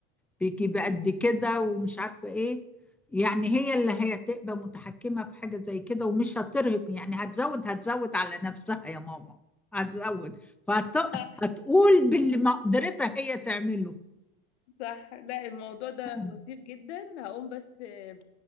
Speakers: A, in the centre; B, on the left.
A: بيجي بقد كده ومش عارفة ايه يعني هي اللي هي تبقى متحكمة في حاجة زي كده ومش هترهق يعني هتزود هتزود على نفسها يا ماما هتزود فهتقول
B: <laughs> صح
A: باللي ما قدرتها هي تعمله
B: صح لا الموضوع ده
A: <laughs>
B: لطيف جدا هقوم بس آه،